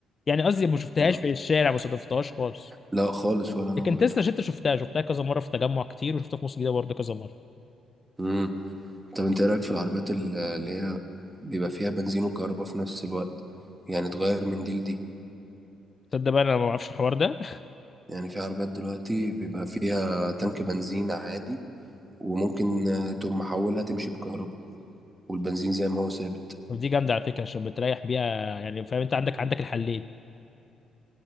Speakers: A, on the left (about 40°); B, on the right (about 15°).
A: يعني قصدي ما شفتهاش
B: مم.
A: في الشارع ما صادفتهاش خالص
B: لا خالص ولا انا
A: لكن
B: برضه
A: تسلا شت شفتها شفتها كذا مره في تجمع كتير وشفتها في مصر الجديده برضه كذا مره
B: امم طب انت ايه رايك في العربيات ال- اللي هي بيبقى فيها بنزين وكهرباء في نفس الوقت يعني تغير من دي لدي
A: تصدق بقى انا ما اعرفش الحوار ده
B: يعني في عربيات دلوقتي بيبقى فيها تانك بنزين عادي وممكن آه، تقوم محولها تمشي بكهرباء والبنزين زي ما هو ثابت
A: <laughs> طب دي جامده على فكره عشان بتريح بيها يعني فاهم انت عندك عندك الحلين